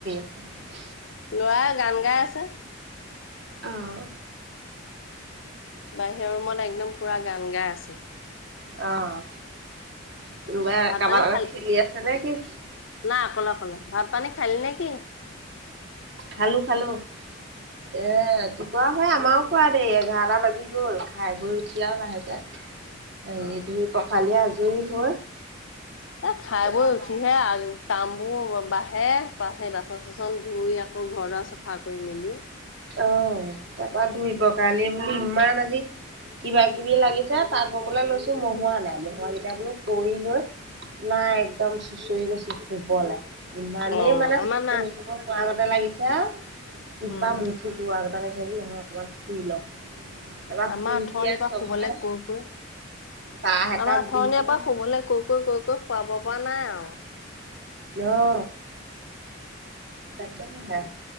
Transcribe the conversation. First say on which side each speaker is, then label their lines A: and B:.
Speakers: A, on the right (about 55°); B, on the left (about 65°).
A: <inaudible>
B: ল'ৰাই গান গাই আছে
A: আহঁ,
B: বাহিৰৰ ৰুমত একদম পুৰা গান গাই আছে।
A: আহ, কোনোবাই
B: ভাত
A: কাৰোবাৰ
B: পানী
A: লগত
B: খাল
A: খেলি আছে নেকি?
B: নাই অকলে অকলে ভাত পানী খালি নে কি?
A: খালো, খালো এ ৰাতিপুৱাও হয় আমাৰো খোৱা। দেই এঘাৰটা বাজি গ'ল। খাই বৈ উঠি আৰু লাহেকে হেৰি
B: অ অ
A: ধুই-পখালি আ- আজৰি হৈ।
B: এ খাই
A: এয়া
B: বৈ উঠিহে কাম বোৰ বাঢ়ে <unintelligible> বাচন চাচন ধুই আ- আকৌ ঘৰ দুৱা চাফা কৰি মেলি।
A: অ', তাৰপা ধুই পখালি বোলো ইমান আজি। কিবা- কিবি লাগিছে। তাঁত ববলৈ লৈছো, মহোৱা নাই মহুৱা কেইটা বোলো কৰি লৈ। নাই একদম চোচৰী গৈছো শুবলে। ইমানেই
B: অ
A: মানে
B: আমাৰ
A: চকু
B: না
A: মেলিব নোৱাৰা আগতে লাগিছে আৰু কিবা
B: উম
A: মু চে বুলি নহয় অকণমান শুই লওঁ। তাৰপৰা
B: আমাৰ
A: শুই
B: আঠৰনিৰ
A: উঠি আৰু
B: পৰা
A: চবকে
B: শুবলৈ কৈ কৈ
A: চাহ একাপ
B: আমাৰ আঠনিৰ
A: দি লৈ
B: পৰা শুবলৈ কৈ ক কৈ কৈ শুৱাব পৰা নাই আৰু
A: অ তাকে হে